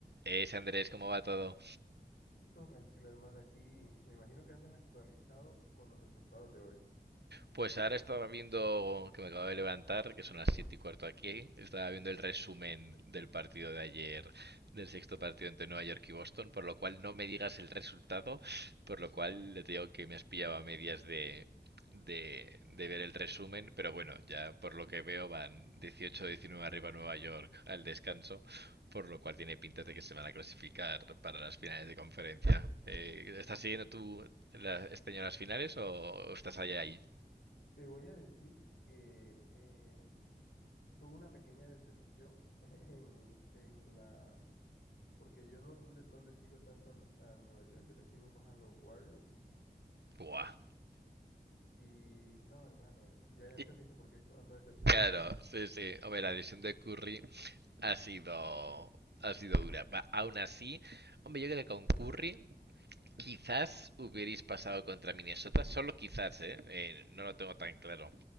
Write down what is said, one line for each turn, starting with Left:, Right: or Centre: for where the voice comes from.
Right: Es Andrés, ¿cómo va todo?
Left: Todo tranquilo, hermano. Aquí me imagino que andas actualizado con los resultados de hoy.
Right: Pues ahora estaba viendo, que me acabo de levantar, que son las 7 y cuarto aquí, estaba viendo el resumen del partido de ayer, del sexto partido entre Nueva York y Boston, por lo cual no me digas el resultado, por lo cual le digo que me has pillado a medias de, de, de ver el resumen, pero bueno, ya por lo que veo van dieciocho, diecinueve arriba Nueva York al descanso, por lo cual tiene pinta de que se van a clasificar para las finales de conferencia. Eh, ¿estás siguiendo tú la- este año las finales o estás allá ahí?
Left: Te voy a decir que eh, tuve una pequeña decepción <laughs> en, en la... Porque yo no, no le, no le sigo tanto al- a, Nueva York, yo le sigo más a los Warriors.
Right: Buah.
Left: Y no, hermano, ya ya entendiste
Right: Y,
Left: por qué ando decepcionado.
Right: claro,
Left: <laughs>
Right: sí, sí. Hombre, la lesión de Curry ha sido, ha sido dura. Va, aún así, hombre, yo creo que con Curry quizás hubierais pasado contra Minnesota, solo quizás, ¿eh? Eh, no lo tengo tan claro.